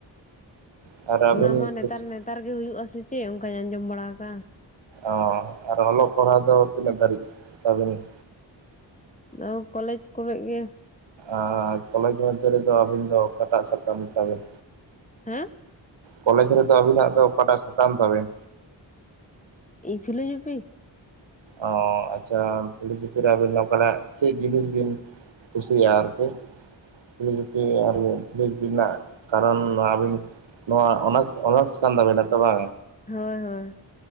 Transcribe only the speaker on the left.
ᱚᱱᱟ ᱢᱟ ᱱᱮᱛᱟᱨ
ᱱᱮᱛᱟᱨ ᱜᱮ ᱦᱩᱭᱩᱜ-ᱟ ᱥᱮ ᱪᱮᱫ ᱚᱱᱠᱟᱹᱧ ᱟᱸᱡᱚᱢ ᱵᱟᱲᱟ ᱟᱠᱟᱜ
ᱟ ᱠᱚᱞᱮᱡᱽ ᱠᱚᱨᱮ ᱜᱮ᱾
ᱦᱮᱸ
ᱤᱧ ᱯᱷᱤᱞᱳᱡᱚᱯᱷᱤ᱾
ᱦᱳᱭ ᱦᱳᱭ